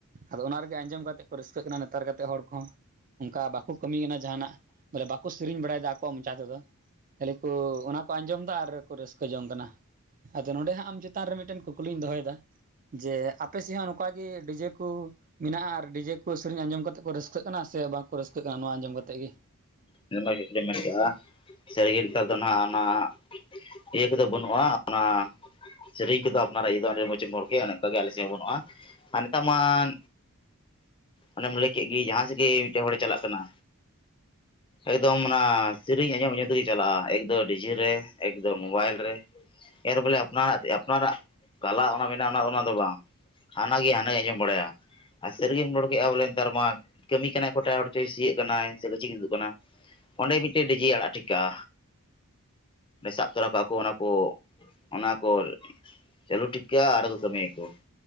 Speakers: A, on the right; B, on the left.
A: ᱟᱫᱚ ᱚᱱᱟ ᱨᱮᱜᱮ ᱟᱸᱡᱚᱢ ᱠᱟᱛᱮᱜ ᱠᱚ ᱨᱟᱹᱥᱠᱟᱹᱜ ᱠᱟᱱᱟ ᱱᱮᱛᱟᱨ ᱠᱟᱛᱮᱜ ᱦᱚᱲ ᱠᱚᱦᱚᱸ ᱚᱝᱠᱟ ᱵᱟᱠᱚ ᱠᱟᱹᱢᱤᱭ ᱠᱟᱱᱟ ᱡᱟᱦᱟᱸᱱᱟᱜ ᱵᱚᱞᱮ ᱵᱟᱠᱚ ᱥᱮᱨᱮᱧ ᱵᱟᱲᱟᱭ ᱫᱟ ᱟᱠᱚᱣᱟᱜ ᱢᱚᱪᱟ ᱛᱮᱫᱚ ᱠᱷᱟᱹᱞᱤ ᱠᱚ ᱚᱱᱟ ᱠᱚ ᱟᱸᱡᱚᱢ ᱫᱟ ᱟᱨ ᱠᱚ ᱨᱟᱹᱥᱠᱟᱹ ᱡᱚᱝ ᱠᱟᱱᱟ ᱟᱫᱚ ᱱᱚᱰᱮ ᱦᱟᱸᱜ ᱟᱢ ᱪᱮᱛᱟᱱ ᱨᱮ ᱢᱤᱜᱴᱮᱱ ᱠᱩᱠᱞᱤᱧ ᱫᱚᱦᱚᱭᱮ ᱡᱮ ᱟᱯᱮ ᱥᱮᱜ ᱦᱚᱸ ᱱᱚᱝᱠᱟ ᱜᱮ ᱰᱤᱡᱮ ᱠᱚ ᱢᱮᱱᱟᱜ ᱟ ᱟᱨ ᱰᱤᱡᱮ ᱠᱚ ᱥᱮᱨᱮᱧ ᱟᱸᱡᱚᱢ ᱠᱟᱛᱮᱜ ᱠᱚ ᱨᱟᱹᱥᱠᱟᱹᱜ ᱠᱟᱱᱟ ᱥᱮ ᱵᱟᱝ ᱠᱚ ᱨᱟᱹᱥᱠᱟᱹᱜ ᱠᱟᱱᱟ ᱱᱚᱣᱟ ᱟᱸᱡᱚᱢ ᱠᱟᱛᱮᱜ ᱜᱮ
B: ᱢᱮᱱ ᱢᱟ ᱡᱩᱛᱜᱮᱢ ᱢᱮᱱ ᱠᱟᱜ ᱟ ᱥᱟᱹᱨᱜᱮ ᱱᱮᱛᱟᱨ ᱫᱚ ᱱᱟᱦᱟᱜ ᱟᱱᱟᱜ ᱤᱭᱟᱹ ᱠᱚᱫᱚ ᱵᱟᱹᱱᱩᱜ ᱟ ᱚᱱᱟ ᱥᱮᱨᱮᱧ ᱠᱚᱫᱚ ᱟᱯᱱᱟᱨᱟᱜ ᱤᱭᱟᱹ ᱫᱚ ᱟᱹᱰᱤ ᱢᱚᱡᱽ ᱮᱢ ᱚᱨ ᱠᱮᱜ ᱟ ᱚᱱᱮ ᱚᱱᱠᱟ ᱜᱮ ᱟᱞᱮ ᱥᱮᱜ ᱦᱚᱸ ᱵᱟᱹᱱᱩᱜ ᱟ ᱟᱨ ᱱᱮᱛᱟᱜ ᱢᱟᱱ ᱚᱱᱮᱢ ᱞᱟᱹᱭ ᱠᱮᱜ ᱜᱤ ᱡᱟᱦᱟᱸ ᱥᱮᱜ ᱜᱤ ᱢᱤᱫᱴᱮᱡ ᱦᱚᱲᱮ ᱪᱟᱞᱟᱜ ᱠᱟᱱᱟ ᱮᱠᱫᱚᱢ ᱚᱱᱟ ᱥᱤᱨᱤᱧ ᱟᱸᱡᱚᱢ ᱟᱸᱡᱚᱢ ᱛᱮᱜᱮ ᱪᱟᱞᱟᱜᱼᱟ ᱮᱠ ᱫᱚ ᱰᱤᱡᱤ ᱨᱮ ᱮᱠ ᱫᱚ ᱢᱳᱵᱟᱭᱤᱞ ᱨᱮ ᱮᱨ ᱵᱚᱞᱮ ᱟᱯᱱᱟᱨᱟᱜ ᱪᱮᱜ ᱟᱯᱱᱟᱨᱟᱜ ᱠᱟᱞᱟ ᱚᱱᱟ ᱢᱮᱱᱟᱜᱼᱟ ᱚᱱᱟ ᱚᱱᱟ ᱫᱚ ᱵᱟᱝ ᱦᱟᱱᱟᱜᱮ ᱦᱟᱱᱟᱭ ᱟᱸᱡᱚᱢ ᱵᱟᱲᱟᱭᱟ ᱟᱨ ᱥᱟᱹᱨᱤᱜᱮᱢ ᱨᱚᱲ ᱠᱮᱜ ᱟ ᱵᱚᱞᱮ ᱱᱮᱛᱟᱨ ᱢᱟ ᱠᱟᱹᱢᱤ ᱠᱟᱱᱟᱭ ᱠᱚᱭᱴᱟᱜ ᱦᱚᱲᱪᱚᱭ ᱥᱤᱭᱳᱜ ᱠᱟᱱᱟᱭ ᱥᱮ ᱜᱟᱹᱪᱷᱤ ᱜᱮ ᱛᱩᱫᱩᱜ ᱠᱟᱱᱟ ᱚᱸᱰᱮ ᱢᱤᱜᱴᱮᱡ ᱰᱤᱡᱮ ᱟᱲᱟᱜ ᱴᱤᱠᱠᱟᱜ-ᱟ ᱥᱟᱵ ᱛᱚᱨᱟ ᱠᱟᱜ ᱟ ᱠᱩ ᱚᱱᱟ ᱠᱚ ᱚᱱᱟ ᱠᱚ ᱪᱟᱹᱞᱩ ᱴᱷᱤᱠᱠᱟᱜ ᱟ ᱟᱨ ᱦᱚᱸ ᱠᱚ ᱠᱟᱹᱢᱤᱭᱟᱹᱠᱚ